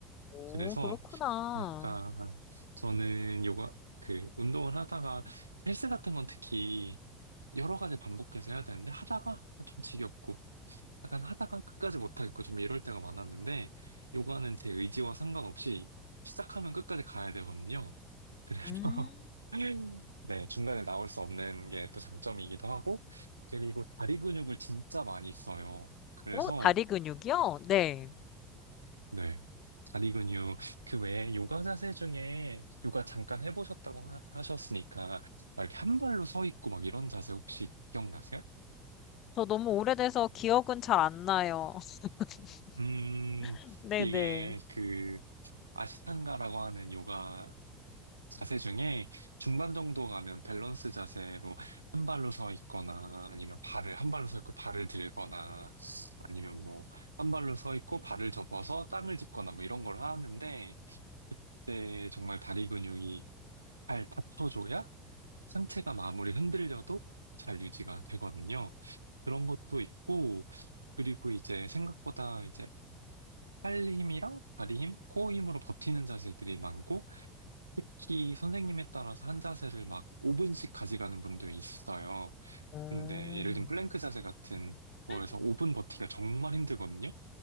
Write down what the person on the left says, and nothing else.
오
그렇구나.
음.
오, 다리 근육이요? 네.
저 너무 오래돼서 기억은 잘 안 나요. <laughs>
네네.
음.
<gasps>